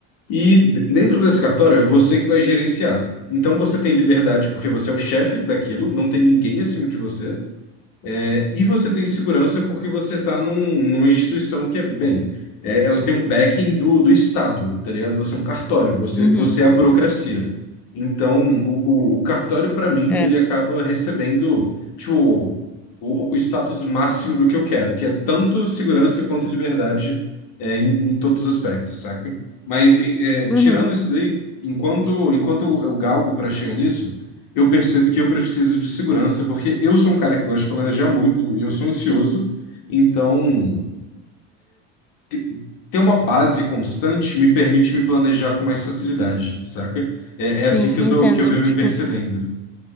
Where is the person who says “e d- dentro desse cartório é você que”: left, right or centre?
Left